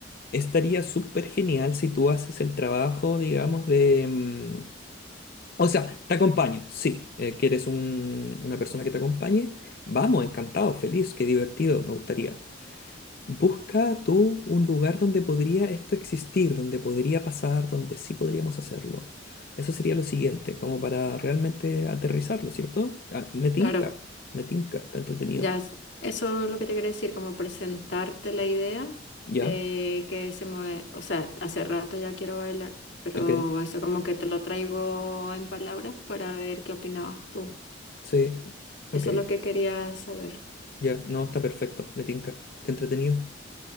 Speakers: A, on the left (about 50°); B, on the left (about 75°).
A: estaría súper genial si tú haces el trabajo, digamos, de. mm, O sea, te acompaño, sí. Eh, ¿quieres un- una persona que te acompañe? Vamos, encantado, feliz, qué divertido, me gustaría. Busca tú un lugar donde podría esto existir, donde podría pasar, donde sí podríamos hacerlo. Eso sería lo siguiente, como para realmente aterrizarlo, ¿cierto? Ah, me tinca,
B: claro,
A: me tinca, está entretenido.
B: Ya, es- eso es lo que te quería decir, como presentarte la idea
A: ¿Ya?
B: de que se mueve, o sea, hace rato ya quiero bailar, pero
A: Ok,
B: eso como que te lo traigo en palabras para ver qué opinabas tú.
A: sí, ok,
B: Eso es lo que quería saber.
A: ya, no, está perfecto, me tinca, qué entretenido.